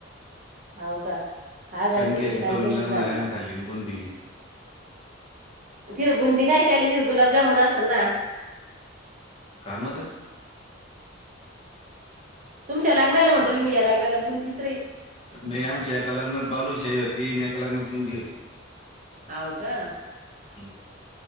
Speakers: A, on the right; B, on the left.
A: हो का, हा गाड्या
B: कणक्याची
A: तुमच्याथ आणखी
B: दोन
A: याच्या
B: लग्न
A: जालं
B: झाले आम्ही
A: आता.
B: खाल्ली ना बुंदी
A: तिथं बुंदी कायची आली तिथं गुलाबजामुन असल ना.
B: कान होतं.
A: तुमच्या लाग्नाला म्हंणु राले मी या लगनाला बूंदिच राई
B: नाही, आमच्या एका लग्नात बालूशाही होती. आणि एका लग्नात बुंदी होती.
A: हाव का,,
B: हम्म.